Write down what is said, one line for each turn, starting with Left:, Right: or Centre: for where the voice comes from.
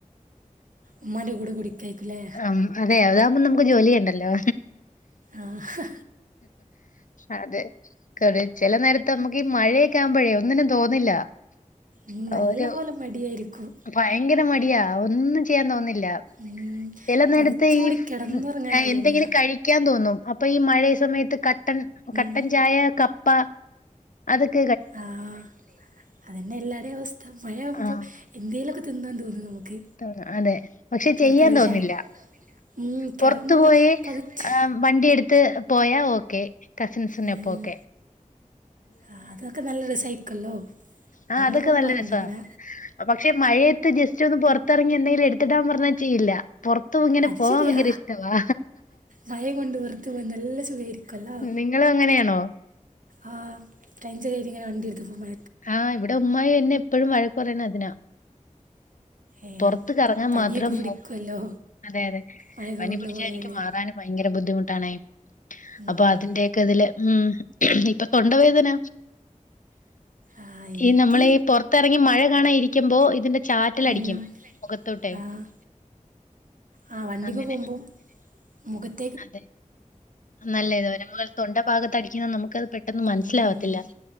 Right: ഉമ്മാന്റെ കൂടെ കുടിക്കഴിക്കുംലേ
Left: ഉം അതെ അതാവുമ്പം നമുക്ക് ജോലി ചെയണ്ടല്ലോ?
Right: ആഹ്
Left: അതെ ക ചില നേരത്തെ നമുക്ക് ഈ മഴയൊക്കെ ആകവുമ്പോഴേ ഒന്നിനും തോന്നില്ല
Right: ഉം നല്ല
Left: ഒരു
Right: പോലെ മടിയായിരിക്കും
Left: ഭയങ്കര മടിയാ ഒന്നും ചെയ്യാൻ തോന്നില്ല.
Right: ഉം
Left: ചില നേരത്ത്
Right: പതച്ചു
Left: ഈ
Right: മൂടി കിടന്നുറങ്ങാനാ
Left: എന്തെങ്കിലും
Right: തോന്നുക
Left: കഴിക്കാൻ തോന്നും അപ്പൊ ഈ മഴയ സമയത്ത് കട്ടൻ. കട്ടൻ
Right: ഉം
Left: ചായ കപ്പ അത്ക്ക
Right: ആഹ് അതന്നെ എല്ലാടെയും അവസ്ഥ മഴയാവുമ്പോ
Left: ആഹ്
Right: എന്തേലൊക്കെ തിന്നാൻ തോന്നുന്നു നമുക്ക്.
Left: തോന്നും അതെ പക്ഷെ
Right: പുറത്ത്
Left: ചെയ്യാൻ
Right: പോയി
Left: തോന്നില്ല
Right: ചാ ഉം കിടന്നുറ
Left: പുറത്തു പോയി
Right: പതുച്ച്
Left: ആഹ് വണ്ടി എടുത്ത് പോയാ ഓക്കെ കസിൻസിനൊപ്പം
Right: ഉം
Left: ഓക്കെ
Right: ആഹ് അതൊക്കെ നല്ലരസയിരിക്കലോ
Left: ആഹ്
Right: ഞങ്ങളൊക്കെ
Left: അതൊക്കെ
Right: പോവാറുണ്ട്
Left: നല്ല രസാ.
Right: ഇങ്ങനെ.
Left: പക്ഷെ മഴയത്ത് ജസ്റ്റ് ഒന്ന് പുറത്തിറങ്ങി എന്തെങ്കിലും എടുത്തിടാൻ പറഞ്ഞാൽ ചെയ്യില്ല പോ തും ഇങ്ങനെ
Right: അത്
Left: പോവാൻ
Right: ശരിയാ
Left: ഭയങ്കര ഇഷ്ടവാ
Right: മഴ കൊണ്ട് പുറത്ത് പോവാൻ നല്ല സുഖായിരിക്കുവല്ലോ
Left: നിങ്ങളും അങ്ങനെയാണോ
Right: ആഹ് ടഞ്ചര് ആയിട്ട് ഇങ്ങനെ വണ്ടി എടുത്ത് പോ മ
Left: ആഹ് ഇവിടെ ഉമ്മായും എന്നെ എപ്പോഴും വഴക്ക് പറയ്ണ അതിനാ.
Right: ഏഹ്
Left: പുറത്ത് കറങ്ങാൻ
Right: പനിയൊക്കെ
Left: മാത്രം
Right: പിടിക്കുവല്ലോ
Left: നോക്ക് അതെ അതെ
Right: മഴയൊക്കെ
Left: പനി
Right: കൊണ്ട്
Left: പിടിച്ചാ
Right: പോയാല്
Left: എനിക്ക് മാറൻ ഭയങ്കര ബുദ്ധിമുട്ടാണേ
Right: ഉം
Left: അപ്പൊ അതിന്റെയൊക്കെ ഇതില് ഉം ഇപ്പൊ തൊണ്ടവേദന
Right: ആഹ് എനിക്ക്
Left: ഈ നമ്മൾ ഈ പുറത്തിറങ്ങി മഴ കാണാ ഇരിക്കുമ്പോ ഇതിന്റെ ചാറ്റലടിക്കും.
Right: ഉം
Left: മുഖത്തോട്ടെ
Right: ആഹ് ആഹ് വണ്ടിമ്മ
Left: അങ്ങനെ
Right: പോകുമ്പോം മുഖത്
Left: അതെ നല്ല ഇത് വരെ തൊണ്ട ഭാഗത്ത് അടിക്കുന്ന നമുക്ക്ത് പെട്ടന്ന് മനസ്സിലാവത്തില്ല.
Right: ഉം